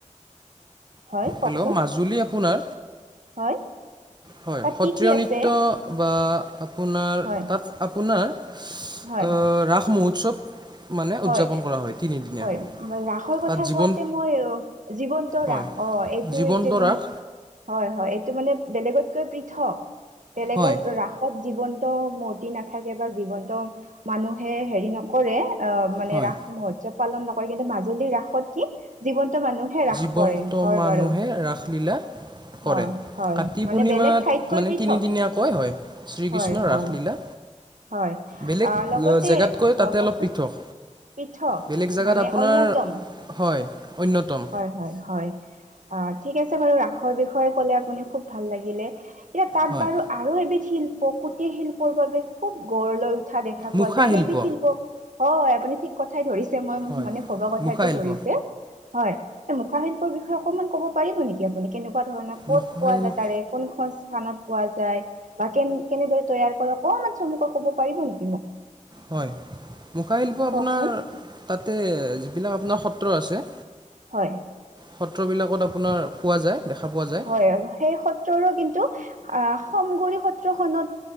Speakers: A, on the right; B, on the right.
A: হয় ককচোন
B: হেল্ল' মাজুলী আপোনাৰ
A: হয়।
B: হয়
A: তাত
B: সত্ৰীয়
A: কি কি
B: নৃত্য
A: আছে
B: বা আপোনাৰ
A: হয়
B: তাত আপোনাৰ
A: হয়
B: অ ৰাস মহোৎসৱ। মানে
A: হয়,
B: উদযাপন কৰা হয় তিনিদিনীয়া
A: হয় ৰাসৰ কথা
B: তাত জীৱন
A: কোৱাতে মইয়ো জীৱন্ত
B: হয়
A: ৰাস অ এইটো,
B: জীৱন্ত
A: এইটো একদম
B: ৰাস
A: হয়, হয় এইটো মানে বেলেগতকৈ পৃথক। বেলেগত
B: হয়
A: ৰাস ত জীৱন্ত মূৰ্তি নাথাকে বা জীৱন্ত মানুহে হেৰি নকৰে অ মানে
B: হয়
A: ৰাস মহোৎসৱ পালন নকৰে কিন্তু মাজুলীৰ ৰাসত কি জীৱন্ত মানুহ এ ৰাস
B: জীৱন্ত
A: কৰে। হয়
B: মানুহে
A: বাৰু।
B: ৰাসলীলা কৰে
A: হয়, হয়
B: কাতি
A: মানে
B: পূৰ্ণিমাত
A: বেলেগ ঠাইতকৈ
B: মানে
A: পৃথক।
B: তিনিদিনীয়াকৈ হয় শ্ৰীকৃষ্ণৰ
A: হয়, হয়।
B: ৰাসলীলা
A: হয়,
B: বেলেগ
A: আ
B: আহ,
A: লগতে,
B: জেগাতকৈ তাতে
A: অ কওকচোন।
B: অলপ পৃথক
A: পৃথক
B: বেলেগ জেগাত
A: মানে
B: আপোনাৰ
A: অন্যতম।
B: হয় অন্যতম
A: হয়। হয়, হয় অ ঠিক আছে বাৰু ৰাসৰ বিষয়ে কলে আপুনি খুব ভাল লাগিলে <unintelligible> তাত
B: হয়
A: বাৰু আৰু এবিধ শিল্প কুটিৰ শিল্পৰ বাবে খুব গঢ় লৈ উঠা দেখা পোৱা
B: মুখা
A: যায়, সেইবিধ
B: শিল্প
A: শিপ্ল হয় আপুনি ঠিক কথাই ধৰিছে মই
B: হয়
A: মানে ভবা কথাইটো
B: মুখা শিল্প
A: ধৰিছে, হয়। মুখাশিল্পৰ বিষয়ে অকমান ক'ব পাৰিব নেকি আপুনি? কেনেকুৱা ধৰণৰ ক'ত
B: মুখা
A: পোৱা
B: শিল্প
A: যায় তাৰে? কোনখন স্থানত পোৱা যায় বা কেন কেনেদৰে তৈয়াৰ কৰে অকমান চমুকৈ ক'ব পাৰিব নেকি মোক?
B: হয়। মুখাশিল্প আপোনাৰ
A: কওকচোন
B: তাতে যিবিলাক আপোনাৰ সত্ৰ আছে,
A: হয়।
B: সত্ৰবিলাকত আপোনাৰ পোৱা যায়, দেখা পোৱা যায়।
A: <unintelligible> সেই সত্ৰ সত্ৰৰো কিন্তু, আহ সমগৰি সত্ৰখনত,